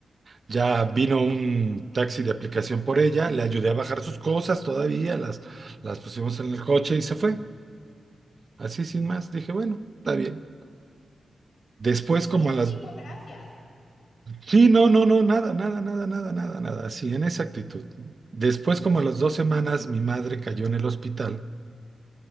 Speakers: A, on the right (about 50°); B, on the left (about 65°).
A: Ya vino un taxi de aplicación por ella, le ayudé a bajar sus cosas todavía, las, las pusimos en el coche y se fue. Así sin más, dije, bueno, está bien. Después, como
B: ¿Cómo
A: a las
B: dijo gracias?
A: Sí, no, no, no, nada, nada, nada, nada, nada, nada, sí, en esa actitud. Después, como a las dos semanas, mi madre cayó en el hospital,